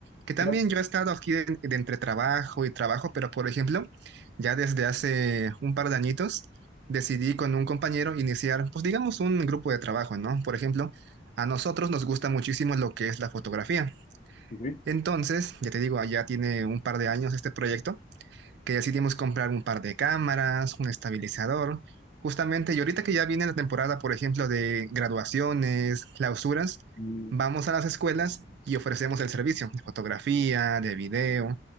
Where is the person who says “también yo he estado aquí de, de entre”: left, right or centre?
Right